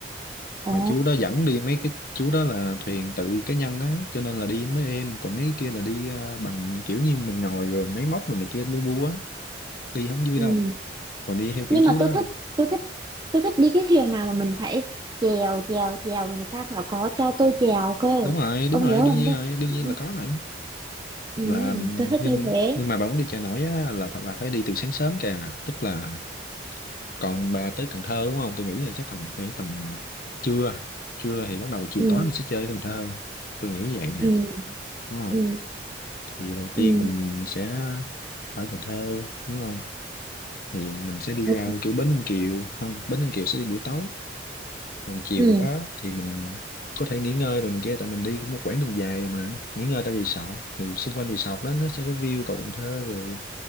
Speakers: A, on the right (about 25°); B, on the left (about 50°).
A: ồ
B: Mà chú đó dẫn đi mấy cái chú đó là thuyền tự cá nhân á, cho nên là đi mấy em, còn mấy kia là đi ờ, bằng kiểu như mình ngồi rồi máy móc rồi này kia lu bu á, đi không vui
A: ừ
B: đâu. còn đi theo
A: nhưng
B: kiểu chú
A: mà
B: đó
A: tôi thích tôi thích tôi thích đi cái thuyền nào mà mình phải chèo chèo chèo rồi người ta phải có cho tôi chèo cơ
B: đúng rồi đúng
A: ông
B: rồi
A: hiểu không
B: đương nhiên
A: tôi
B: rồi đương
A: ừ,
B: nhiên là có rồi
A: ừ,
B: là
A: ừ, tôi thích
B: nhưng
A: như thế
B: nhưng mà bà muốn đi chợ nổi á là phải- bà phải đi từ sáng sớm kìa tức là còn bà tới Cần Thơ đúng không tôi nghĩ là chắc tầm phải tầm trưa trưa thì bắt đầu chiều
A: ừ,
B: tối mình sẽ chơi Cần Thơ tôi nghĩ vậy nè
A: ừ,
B: đúng không
A: ừ,
B: thì đầu tiên
A: ừ,
B: mình sẽ ở Cần Thơ đúng không thì mình sẽ đi ra
A: ok,
B: kiểu Bến Ninh Kiều không Bến Ninh Kiều sẽ đi buổi tối còn chiều
A: ừ.
B: đó thì mình có thể nghỉ ngơi rồi này kia tại mình đi một quãng đường dài rồi mà nghỉ ngơi tại resort thì xung quanh resort đó nó sẽ có view cầu Cần Thơ rồi